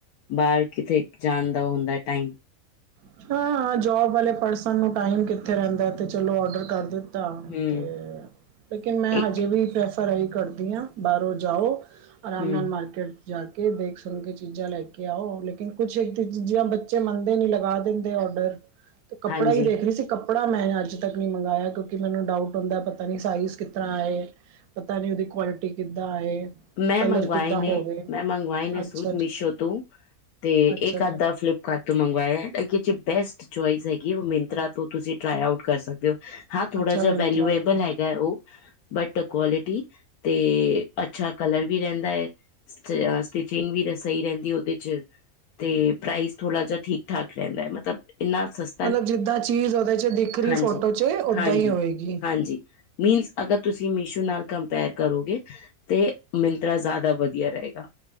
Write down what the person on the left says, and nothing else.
ਬਾਹਰ, ਕਿਥੇ ਜਾਣ ਦਾ ਹੁੰਦਾ ਟਾਈਂਮ?
ਹੂੰ
ਇੱਕ
ਹੂੰ
ਹਾਂਜੀ
ਮੈਂ
ਮੰਗਵਾਏ
ਨੇ,
ਮੈਂ ਮੰਗਵਾਏ ਨੇ,
ਸੂਟ
ਮੀਸ਼ੋ ਤੋਂ? ਤੇ
ਇਕ
ਅਦਾੱ ਫਲਿੱਪਕਾਰਟ? ਤੋ ਮੰਗਵਾਇਆ। ਏਕਿ ਜੇ ਬੈਸਟ ਚੁਆਇਸ ਹੈਗੀ ਹੈ। ਉਹ ਮਿੰਤਰਾ ਤੋਂ ਤੁਸੀਂ ਟਰਾਈ ਆਉਟ ਕਰ ਸਕਦੇ ਹੋ? ਹਾਂ ਥੋੜ੍ਹਾ
ਜਿਹਾ
ਵੈਲੂਏਬਲ
ਹੈਗਾ ਉਹ! ਬੱਟ ਕੁਆਲਿਟੀ ਤੇ? ਅੱਛਾ ਕਲਰ ਵੀ ਰਹਿੰਦਾ ਹੈ। ਸਟਿਚਿੰਗ ਵੀ? ਸਹੀ ਰਹਿੰਦੀ ਉਹਦੇ ਚ। ਤੇ ਪ੍ਰਾਈਜ਼ ਥੋੜਾ ਜਿਹਾ ਠੀਕ-ਠਾੱਕ ਰਹਿੰਦਾ ਹੈ। ਮੱਤਲਬ ਇੰਨਾ ਸਸਤਾ।
ਹਾਂਜੀ
ਹਾਂਜੀ
ਹਾਂਜੀ! ਮੀਨਸ! ਅਗਰ ਤੁਸੀਂ ਮੀਸ਼ੂ ਨਾਲ ਕੰਪੇਅਰ ਕਰੋਗੇ? ਤੇ ਮਿੰਤਰਾ ਜ਼ਿਆਦਾ ਵਧੀਆ ਰਹੇਗਾ,